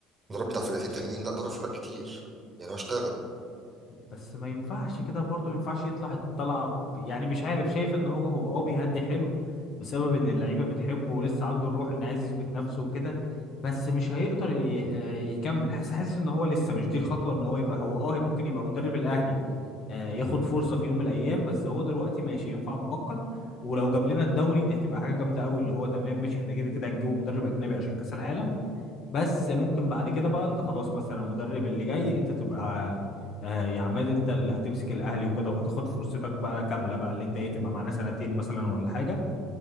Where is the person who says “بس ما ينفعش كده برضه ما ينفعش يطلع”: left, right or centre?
Left